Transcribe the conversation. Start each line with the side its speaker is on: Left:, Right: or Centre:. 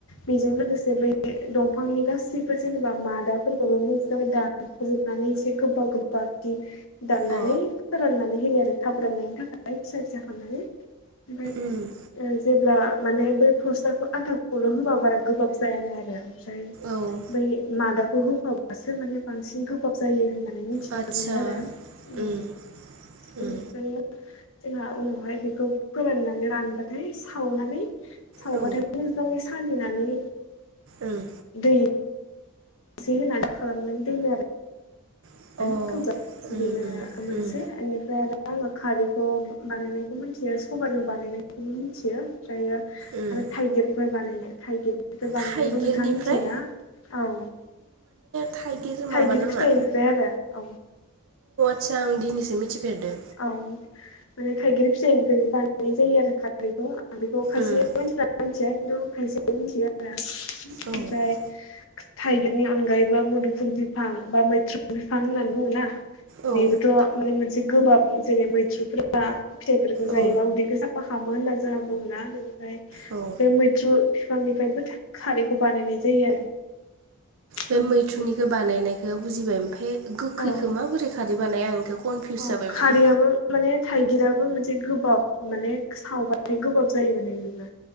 Left: बे लोगोसे ब दंफांनि गै जेबा मादा गोबां मोजाङै दानख'जोबनानै एसे गोबा गोबा बिदि दाननानै
Right: अ
Left: फोराननानै होयो आरो थाब राननायनि थाखाय फिसा फिसा खालामनानै ओमफ्राय
Right: उम
Left: जेब्ला माने बै पस्टारखौ आथा खौल' होबा बारा गोबाब जायानो आरो ओमफ्राय
Right: औ
Left: बै मादाखौ हो गोबाबासो माने बांसिन गोबाब जायो होनना मिथिनो
Right: आतसा
Left: मोनो आरो
Right: उम
Left: बेनिफ्राय
Right: उम
Left: जोंहा उनावहाय बेखौ फोराननानै रानबाथाय सावनानै सावबाथाय
Right: औ
Left: मोजाङै सालिनानै
Right: उम
Left: दै एसे होनानैा खालामनानै दोनो आरो
Right: अ
Left: मज
Right: उम उम
Left: बेयो मोनसे
Right: उम
Left: बेनिफ्राय आरो आङो खारैखौ बानायनायखौ मिथियो सबजों बानायनाय नो मिथि ओमफ्रायो
Right: उम
Left: आरो थाइगिरफोर बानायनाय थाइ थिरजों बानायनायखौ
Right: थाइगिरनिफ्राय
Left: नोंथाङा मिथियोना? औ
Right: थाइगिरजों
Left: थाइगिर
Right: माबा नामा?
Left: फिथाइनिफ्राय आरो औ
Right: आदचसा आं दिनैसो मिथिफेरदों।
Left: औ माने थाइगिर फिथनिफ्रायबो बानायनाय जायो आरो खारैखौ बेखौ खायसे
Right: उम
Left: मानसिफ्रा मिथिया। खायसे मिथियो आरो
Right: औ
Left: ओमफ्राय थाइगिरनि अनगायै बो मुदुफुल बिफां बा मै बिफां होननानै बुङोना
Right: औ
Left: बे माने मोनसे गोबाब जेरै मैथ्रुफोरा फिथाइफोरखौ जायोबा
Right: औ
Left: उदैखौ सा बफा खामो होनना जोंहा बुङोना बेनिफ्राय
Right: औ
Left: बे मैथ्रुम बिफांनिफ्रायबो खारैखौ बानायनाय जायो आरो।
Right: बे
Left: आं
Right: मैथ्रुंनिखौ
Left: बिदिनो
Right: बानायनायखौ बुजिबाय ओमफ्राय गोखैखौ
Left: औ औ
Right: माबोरै खारै बानायो आं बेखौ कनफिउस
Left: अ
Right: जाबाय माने
Left: खारैयाबो माने थाइगिराबो मोनसे गोबाब माने सावबाथाय गोबाब जायो माने बेबो